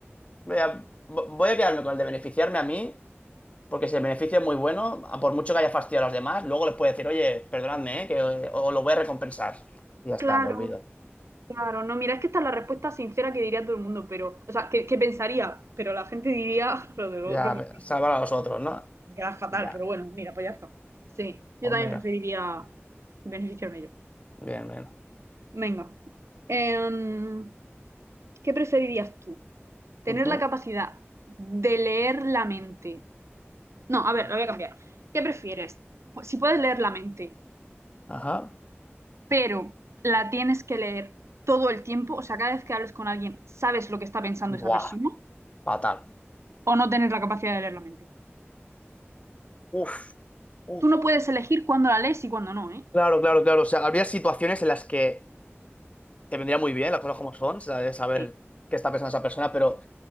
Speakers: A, on the left (about 30°); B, on the right (about 85°).
A: Voy a, vo- voy a quedarme con el de beneficiarme a mí, porque si el beneficio es muy bueno, a por mucho que haya fastidiado a los demás, luego les puedo decir, oye, perdonadme, ¿eh? que eh, os lo voy a recompensar. Y ya
B: Claro.
A: está, me olvido.
B: Claro, no, mira, es que esta es la respuesta sincera que diría todo el mundo, pero, o sea, que, que pensaría, pero la gente diría <laughs> lo del
A: Ya,
B: otro porque
A: me- salvar a los otros, ¿no?
B: me queda fatal,
A: Ya,
B: pero bueno, mira, pues ya está. Sí, yo
A: pues
B: también
A: mira.
B: preferiría beneficiarme yo.
A: Bien, bien.
B: Venga, Em, ¿qué preferirías tú? ¿Tener
A: Ujú,
B: la capacidad de leer la mente? No, a ver, lo voy a cambiar. ¿Qué prefieres? Pues si puedes leer la mente,
A: Ajá.
B: pero la tienes que leer todo el tiempo, o sea, cada vez que hables con alguien, sabes lo que está pensando esa
A: Buah,
B: persona.
A: fatal.
B: o no tener la capacidad de leer la mente.
A: Uf, uf.
B: Tú no puedes elegir cuándo la lees y cuándo no, ¿eh?
A: Claro, claro, claro. O sea, habría situaciones en las que te vendría muy bien las cosas como son, ¿sabes? saber
B: Sí,
A: qué está pensando esa persona, pero